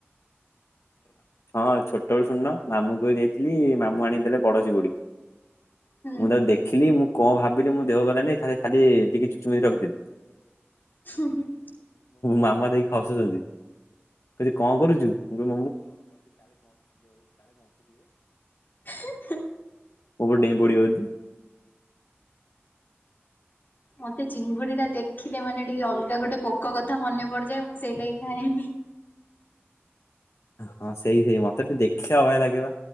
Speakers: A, on the left (about 75°); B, on the left (about 45°).
A: ହଁ ଛୋଟବଳେ ଶୁଣୁନ, ମାମୁଁ କୁ ଯାଇଥିଲି ମାମୁଁ ଆଣିକି ଦେଲେ ବଡ ଚିଙ୍ଗୁଡ଼ି।
B: ହୁଁ
A: ମୁଁ ତାକୁ ଦେଖିଲି, ମୁଁ ଭାବିଲି ମୋ ଦେହକୁ ଗଲାନି ଖାଲି ଟିକେ ଚୁଚୁମିକି ର--ଦେଲି।
B: <inaudible>
A: ମାମା ଦେଖିକି ଖସୁଚନ୍ତି, କହୁ ଙ୍କ କରୁଚୁ? <inaudible>
B: <inaudible>
A: <inaudible>
B: ମତେ ଚିଙ୍ଗୁଡ଼ି ଟା ଦେଖିଲେ ମାନେ ଟିକେ ଅଲ୍ଗା ଗୋଟେ ପୋକ କଥା ମନେ ପଡ଼ିଯାଏ, ମୁଁ ସେଇ ଲାଗି ଖାଏନି।
A: ହଁ, ସେଇ ସେଇ ମତେ ତ ଦେଖିଲେ ଅବାଗିଆ ଲାଗେ ବା,